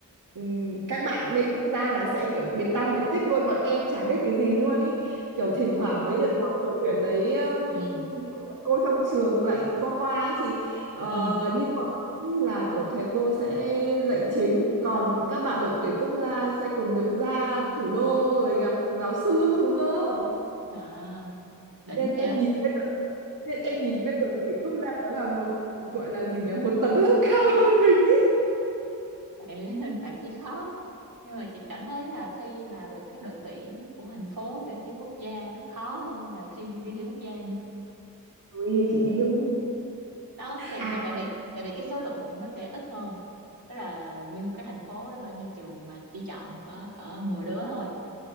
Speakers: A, on the right (about 65°); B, on the right (about 85°).
A: ừm, các bạn bên quốc gia là sẽ kiểu biệt tăm biệt tích luôn bọn em chả biết cái gì luôn ý kiểu thỉnh thoảng mới được gặp đội tuyển đấy ừm,
B: ừ
A: cô trong trường dạy qua qua ấy chị Ờ,
B: ừ
A: như bọn em ý là kiểu thầy cô sẽ dạy chính còn các bạn đội tuyển quốc gia sẽ còn được ra thủ đô rồi gặp giáo sư các thứ cơ
B: à, đỉnh
A: nên em
B: vậy
A: nhìn bên nên em nhìn bên đội tuyển quốc gia đó là một gọi là gì nhỉ một tầng lớp <laughs> cao hơn mình ý
B: tại <laughs> tại thi khó đó. nhưng mà chị cảm thấy là thi vào được cái đội tuyển của thành phố để thi quốc gia nó khó hơn là thi đi thi quốc gia nha
A: Ui, chị điêu
B: đó thiệt
A: À
B: mà tại vì tại vì cái số lượng nó sẽ ít hơn tức là nguyên một cái thành phố đó bao nhiêu trường mà chỉ chọn có có 10 đứa thôi